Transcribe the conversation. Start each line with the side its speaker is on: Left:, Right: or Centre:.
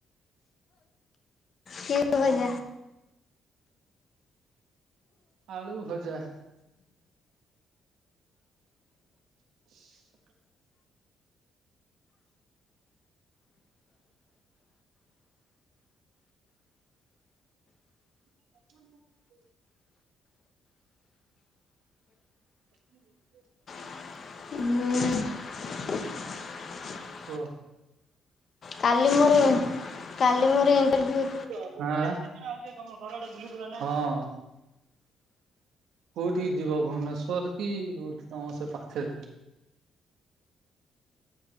Left: କେ ଭଜା।
Right: ଆଳୁ ଭଜା। <inaudible> <inaudible> <inaudible>
Left: ହୁଁ।
Right: କୁଓ।
Left: କାଲି ମୋରୋ କାଲି ମୋର ଇଣ୍ଟର୍ଭିୟୁ।
Right: ଆଁ ହଁ। କୋଉଠି କି ଯିବ ଭୁବନେଶ୍ଵର୍ କି କୋଉଠି ତମ ସେ ପାଖେ।